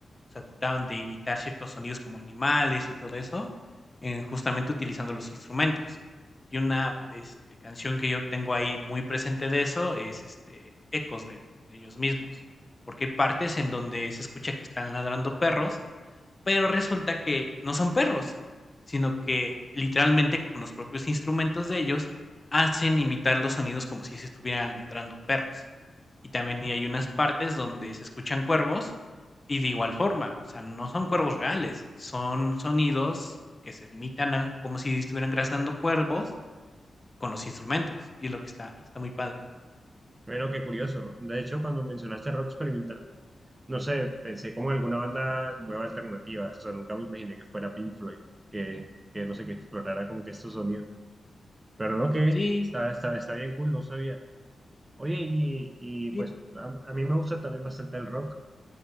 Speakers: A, on the left; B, on the right.
A: O sea, trataban de imitar ciertos sonidos como animales y todo eso, eh, justamente utilizando los instrumentos. Y una este, canción que yo tengo ahí muy presente de eso es este, Ecos de, de ellos mismos, porque hay partes en donde se escucha que están ladrando perros pero resulta que no son perros, sino que literalmente con los propios instrumentos de ellos hacen imitar los sonidos como si se estuvieran ladrando perros. Y también hay unas partes donde se escuchan cuervos y de igual forma, o sea, no son cuervos reales, son sonidos que se imitan a como si estuvieran graznando cuervos con los instrumentos y es lo que está, está muy padre.
B: Bueno, qué curioso. De hecho, cuando mencionaste rock experimental, No sé, pensé como en alguna banda nueva alternativa, o sea, nunca me imaginé que fuera Pink Floyd, que, que no sé, que explorara como que estos sonidos. Pero no, que
A: Sí,
B: está, está, está bien cool, no sabía. Oye, y, y
A: sí.
B: pues a, a mí me gusta también bastante el rock,